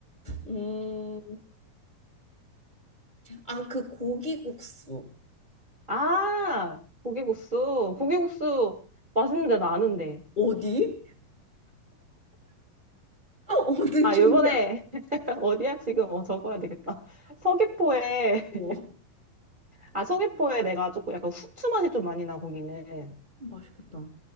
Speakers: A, on the left (about 30°); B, on the right (about 55°).
A: 음, 아, 그 고기국수.
B: <laughs> 아 고기국수 고기국수 맛있는데 나 아는데
A: 어디? <laughs> 어디
B: 아
A: 쪽이야?
B: 요번에 <laughs> 어디야 지금 어 적어야 되겠다 서귀포에
A: 오,
B: 아, 서귀포에 내가 조금 약간 후추 맛이 좀 많이 나, 거기는.
A: 맛있겠다.